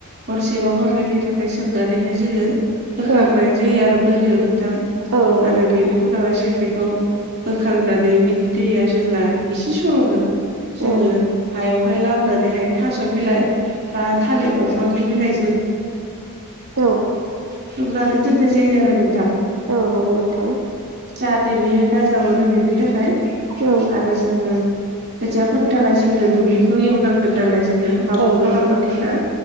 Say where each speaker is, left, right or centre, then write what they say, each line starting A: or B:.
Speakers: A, on the right; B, on the right.
A: हरसे बा हरनैनि थाखाय सोमनानैहाय जोङो बोखांनाय
B: औ
A: जायो आरो बोरियाव नोंथां
B: औ नंगौ
A: आरो
B: नोंथां
A: बेनि उन उनावाय जों बेखौ बोखांनानै बिनि दैया जेब्ला एसे सर'गोन जोङो
B: औ
A: हायाव हाय लामनानैहाय थास' बिलाइ बा थालिर दंफांनि बिलाइजों
B: औ
A: खोबनानै दोननाय जायो आरो नोंथां।
B: औ नंगौ नोंथां
A: जाहाथे बियो गाजा हरो बिनि थाखाय
B: औ
A: आरो जोङो खोथियाफोरनि थाखाय जोंनो दुब्लिखौ एवनांगोन नालाय जोङो हाब्रु
B: औ
A: खालामनांगोन
B: नंगौ नोंथां
A: ना